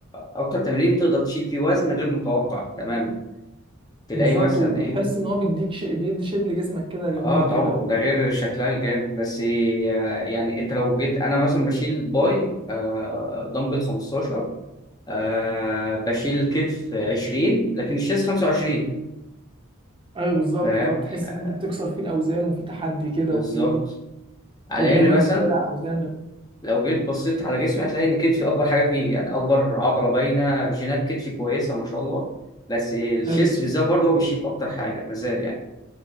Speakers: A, on the left (about 20°); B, on the right (about 25°).
A: اكتر تمرين تقدر تشيل فيه وزن غير متوقع تمام تلاقي
B: بالظبط
A: مثلا
B: وتحس
A: ايه
B: ان هو بيديك شيء بيدي شيب لجسمك كده جميل
A: اه
B: كده
A: طبعا
B: و...
A: ده غير شكلها الجامد بس آه، يعني انت لو جيت انا مثلا بشيل باي آه دمبل 15 آه بشيل الكتف 20 لكن الشيست 25
B: ايوه بالظبط
A: فاهم
B: بالظبط تحس
A: يعني
B: ان انت بتكسر فيه الاوزان وفي تحدي كده
A: بالظبط
B: وفي
A: على
B: ودايما
A: ان
B: متابع
A: مثلا
B: اوزانك
A: لو جيت بصيت على جسمي هتلاقي ان كتفي اكبر حاجه فيه يعني اكبر عضله باينه جينات كتفي كويسه ما شاء الله بس الشيست
B: حلو
A: بالذات برضه هو بيشيل اكتر حاجه مازال يعني